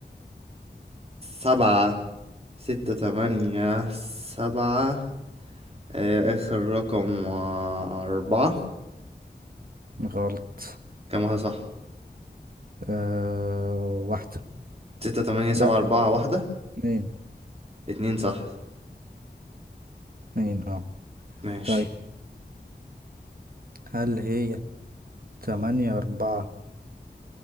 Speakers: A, on the right; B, on the right.
A: سبعة ستة تمانية سبعة آه، آخر رقم آه، أربعة
B: غلط
A: كام واحدة صح؟
B: آه واحدة
A: ستة تمانية سبعة
B: لأ
A: أربعة واحدة
B: اتنين
A: اتنين صح
B: اتنين اه
A: ماشي
B: طيب هل هي تمانية أربعة